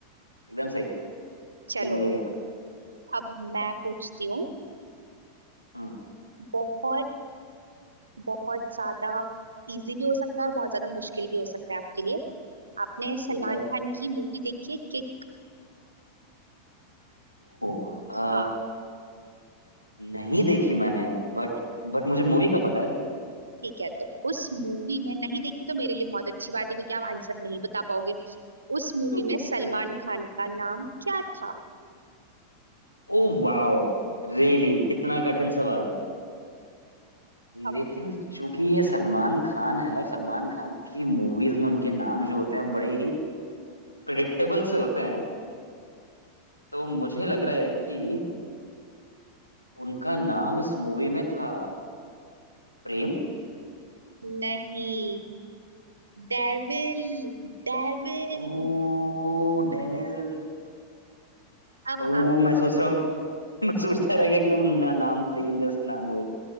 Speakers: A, on the left; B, on the right.
A: एकदम सही कोई
B: चलो
A: मिल गया
B: अब मैं पूछती हूँ
A: हम्म
B: बहुत बहुत ज्यादा इजी भी हो सकता है और बहुत ज्यादा मुश्किल भी हो सकता है आपके लिए आपने सलमान
A: ठीक है
B: खान की मूवी देखी है किक
A: ओ
B: हाँ
A: नहीं देखी मैंने बट बट मुझे मूवी का पता है
B: ठीक है तो उस मूवी में नहीं देखी तो मेरे लिए बहुत अच्छी बात है क्योंकि आप आंसर नहीं बता पाओगे उस मूवी
A: <laughs>
B: में सलमान
A: ओके
B: खान का नाम क्या था
A: ओ वाओ रियली इतना कठिन सवाल
B: अब
A: लेकिन चूंकि ये सलमान खान है और सलमान खान की मूवीज में उनके नाम जो होते हैं वो बड़े ही प्रिडिक्टेबल से होते हैं तो मुझे लग रहा है कि उनका नाम इस मूवी में था प्रेम
B: नहीं डेविल डेविल
A: ओ डेविल
B: अब
A: ओ
B: आप
A: मैं सोच रहा हूँ <laughs> मैं सोचता रह गया कि वो ना, नाम प्रेम जैसे नाम होगा